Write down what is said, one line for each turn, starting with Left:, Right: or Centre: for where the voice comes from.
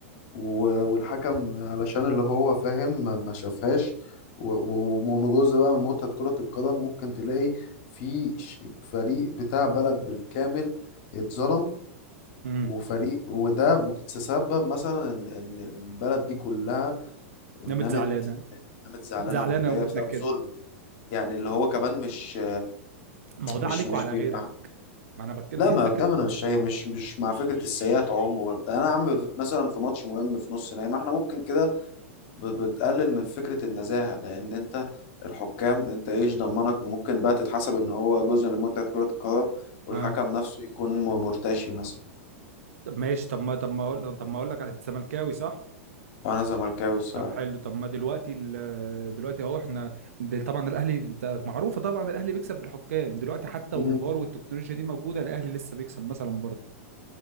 Left: و- والحكم علشان اللي هو فاهم ما ما شافهاش و- و- ومن جزء بقى من متعة كرة القدم ممكن تلاقي في ش- فريق بتاع بلد بالكامل اتظلم
Right: امم
Left: وفريق وده بتسبب مثلا ان إن البلد دي كلها نامت
Right: نمت زعلانة
Left: نامت زعلانه
Right: زعلانة
Left: ومتضايقه
Right: ومتنكدة
Left: بسبب ظلم يعني اللي هو كمان مش
Right: ما هو ده
Left: مش
Right: عليك
Left: مش
Right: وعلى
Left: بيبقى
Right: غيرك ما أنا بك دي
Left: لا ما
Right: فكرة
Left: ده انا مش شايف- مش مش مع فكره السيئات عموما ده انا يا عم مثلا في ماتش مهم في نص نهائي ما احنا ممكن كده ب- بتقلل من فكرة النزاهة لأن أنت الحكام أنت إيش ضمنك ما ممكن بقى تتحسب إن هو جزء من متعة كرة القدم والحكم
Right: آه
Left: نفسه يكون م- مرتشي مثلا
Right: طب ماشي طب ما طب ما أقول طب ما أقول لك أنت زملكاوي صح؟
Left: أنا زملكاوي الصراحة
Right: طب حلو طب ما دلوقتي ال- دلوقتي اهو احنا ده طبعا الاهلي انت معروفه طبعا الاهلي بيكسب بالحكام دلوقتي حتى والفار
Left: مم.
Right: والتكنولوجيا دي موجوده الاهلي لسه بيكسب مثلا برضه